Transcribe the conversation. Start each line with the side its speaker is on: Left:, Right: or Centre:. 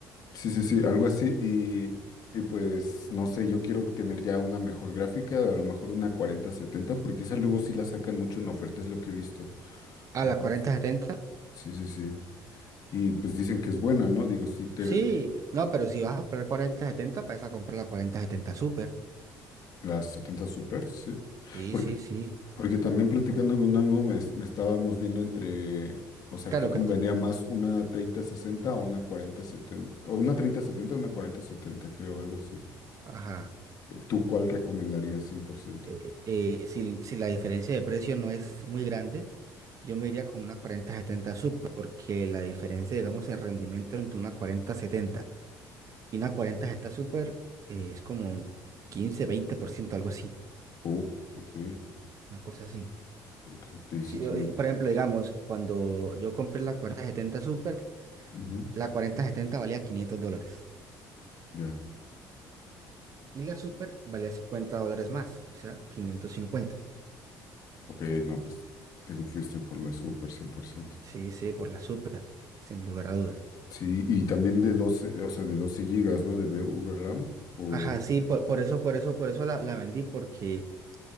Left: Sí, sí, sí, algo así. Y, y pues no sé, yo quiero tener ya una mejor gráfica, o a lo mejor una cuarenta setenta porque esas luego sí las sacan mucho en oferta, es lo que he visto.
Right: ¿A
Left: O
Right: la
Left: sea,
Right: cuarenta
Left: s-
Right: setenta,
Left: sí, sí, sí. Y pues dicen que es buena, ¿no? Digo, sí, te,
Right: Sí, no, pero si vas a comprar cuarenta setenta, vas a comprar la cuarenta setenta Super.
Left: las 70 Super, sí.
Right: Sí,
Left: Porque,
Right: sí, sí.
Left: porque también platicando con un amigo me, me estábamos viendo entre, o sea,
Right: Claro
Left: ¿qué convenía
Right: que, t-
Left: más? ¿Una treinta sesenta o una 4070? O una 3070 o una cuarenta setenta creo, algo así.
Right: ajá,
Left: ¿Tú cuál recomendarías 100%?
Right: eh, eh, si, si la diferencia de precio no es muy grande, yo me iría con una cuarenta setenta Super, porque la diferencia, digamos, en rendimiento entre una cuarenta setenta Y una 40 está súper, eh, es como un quince, veinte por ciento algo así,
Left: Uh, Ok,
Right: una cosa así.
Left: ok, ok,
Right: Si,
Left: sí tiene...
Right: eh, por ejemplo, digamos, cuando yo compré la cuarenta setenta Super,
Left: ujú,
Right: la cuarenta setenta valía 500 dólares
Left: ya,
Right: y la Super valía 50 dólares más, o sea, quinientos cincuenta
Left: ok, no, pues te fuiste por la Super 100%.
Right: Sí, sí, por la Super, sin lugar a dudas.
Left: Sí, y también de 12, o sea, de 12 gigas, ¿no? De VRAM, o...
Right: Ajá, sí, por, por eso, por eso, por eso la, la vendí, porque,